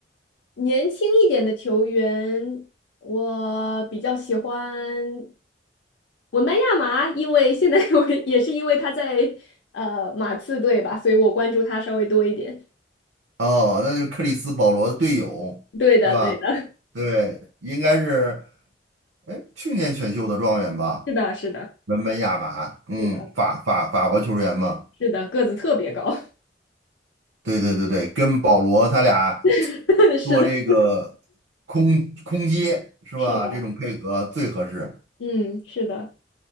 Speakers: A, on the left; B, on the right.
A: 年轻一点的球员，我比较喜欢文班亚马，因为现在 <laughs> 我也是因为他在呃马刺队吧，所以我关注他稍微多一点。
B: 哦，那就是克里斯保罗的队友是吧？
A: 对的，对的，
B: 对，应该是，哎，去年选秀的状元吧，
A: <laughs> 是的，是的，
B: 文班亚马，嗯，
A: 是的，
B: 法法法国球员嘛。
A: 是的，个子特别高，
B: 对对对对，跟保罗他俩
A: <laughs> 是的，
B: 做这个空空接是吧？
A: 是的，
B: 这种配合最合适。
A: 嗯，是的，